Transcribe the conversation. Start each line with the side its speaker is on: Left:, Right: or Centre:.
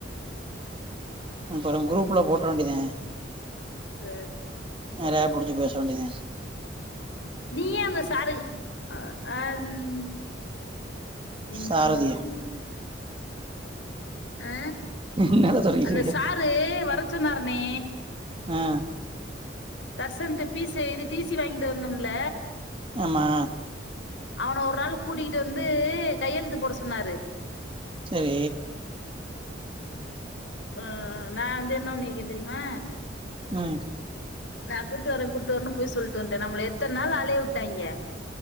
Right: அப்பறம் குரூப்ல போட்ற வேண்டியதுதே
Left: ஆ
Right: வேற யாரோ புடிச்சு பேச வேண்டியதுதே
Left: நீயே அந்த சாரு அ ஆ உம் என்னதா
Right: சாரதியா
Left: நடக் ஆ
Right: என்னடா சொல்லிட்டு
Left: அந்த
Right: இருக்க
Left: சாரு வரச்சொன்னரா மே
Right: ஆஹ்
Left: தர்சன்து பீஸு எழுதி டி சி வாங்கிட்டு வந்தோம்ல
Right: ஆமா
Left: அவன ஒரு நாளு கூட்டிகிட்டு வந்து கையெழுத்து போட சொன்னாரு
Right: சரி
Left: ஆஹ் நா வந்து என்ன பண்ணிருக்க தெரியுமா
Right: உம்
Left: நா கூட்டு வரே கூட்டு வரேன்னு பொய் சொல்ட்டு வன்ட்டே நம்மள எத்தன நாள் அலைய விட்டாய்ங்க